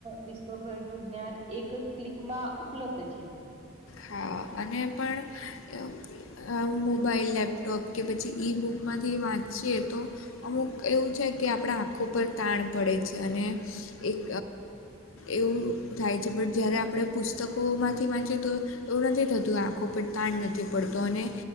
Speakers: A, on the right; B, on the left.
A: વિશ્વભર નું જ્ઞાન એક ક્લિકમાં ઉપલબ્ધ છે.
B: હા અને પણ મોબાઈલ, લેપટોપ કે પછી ઈ બુકમાંથી વાંચીએ તો અમુક એવું છે. કે આપણા આંખો પર તાણ પડે છે. અને એક એવું થાય છે. બટ જ્યારે આપણે પુસ્ત પુસ્તકોમાંથી વાંચ્યું તો એવું નથી થતું આંખો પર તાણ નથી પડતો અને